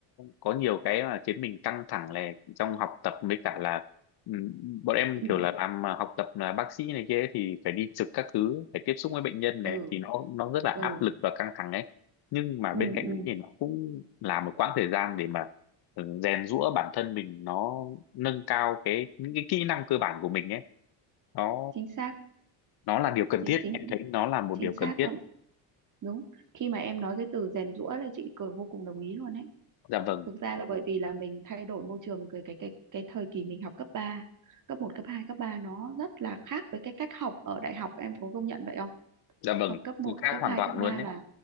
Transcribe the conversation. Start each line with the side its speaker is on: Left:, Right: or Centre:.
Left: có nhiều cái mà khiến mình căng thẳng là trong học tập với cả là ừm, bọn em
Right: ừ
Left: kiểu là làm à, học tập là bác sĩ này kia ấy thì phải đi trực các thứ phải tiếp xúc với bệnh nhân này
Right: ừ
Left: thì nó nó rất là
Right: ừ,
Left: áp lực và căng thẳng ấy nhưng mà
Right: ừ,
Left: bên cạnh
Right: ừ.
Left: đấy thì nó cũng là một quãng thời gian để mà ừ, rèn giũa bản thân mình nó nâng cao cái những cái kỹ năng cơ bản của mình ấy nó
Right: chính xác
Left: nó là điều cần
Right: chính
Left: thiết
Right: chính
Left: em thấy nó là một
Right: chính
Left: điều cần
Right: xác
Left: thiết
Right: luôn đúng khi mà em nói cái từ rèn giũa là chị cười vô cùng đồng ý luôn ấy
Left: dạ vâng
Right: thực ra là bởi vì là mình thay đổi môi trường cái cái cái cái thời kỳ mình học cấp ba cấp một cấp 2 cấp 3 nó rất là khác với cái cách học ở đại học em có công nhận vậy không
Left: dạ vâng
Right: học cấp một
Left: Từ khác
Right: cấp
Left: hoàn
Right: 2
Left: toàn
Right: cấp 3
Left: luôn đấy
Right: là